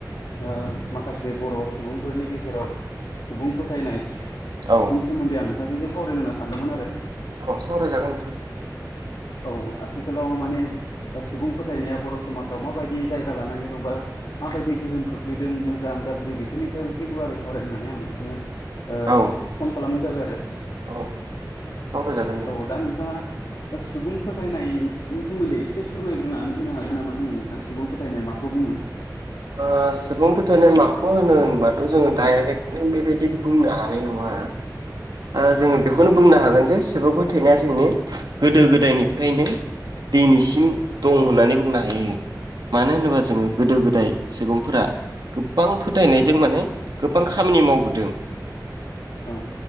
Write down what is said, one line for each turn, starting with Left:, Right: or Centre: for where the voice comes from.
Left: ओ माखासे बर' सुबुं फोरनि गेजेराव सुबुं फोथायनाय
Right: औ
Left: नि सोमोन्दै आं ओ एसे सावरायनो होनना सानदोंमोन आरो।
Right: अ' सावराय जागोन नोंथां।
Left: औ आथिखालाव माने सुबुं फोथायनाया बर' समाजाव माबायदि जायगा लानानै दंबा माबायदि गोहोम खोख्लैदों मोजां गाज्रि बेफोरनि सायाव एसे गुवारै सावरायनानै आं नोंथांनो ओ
Right: औ
Left: फन खालामनाय जाबाय आरो
Right: औ सावरायजागोन दे नोंथां
Left: औ दा नोंथाङा सुबुं फोथायनायनि सोमोन्दै एसे फोरमायग्रोनानै होनो हागोन नामा आंनो नोंथां सुबुं फोथायनाय माखौ बुङो? <inaudible>
Right: ओ सुबुं फोथायनाय माखौ होनो होनबाथ' जोङो डाइरेक्टनो बेबायदि बुंनो हानाय नङा। आ ओ जोङो बेखौनो बुंनो हागोन जे सुबुं फोथायनाया जोंनि गोदो गोदायनिफ्रायनो दिनैसिम दं
Left: औ
Right: होननानै बुंनो हायो। मानो होनोबा जोङो
Left: औ
Right: गोदो गोदाय सुबुंफोरा गोबां फोथायनायजों
Left: औ
Right: माने गोबां खामानि मावबोदों।
Left: औ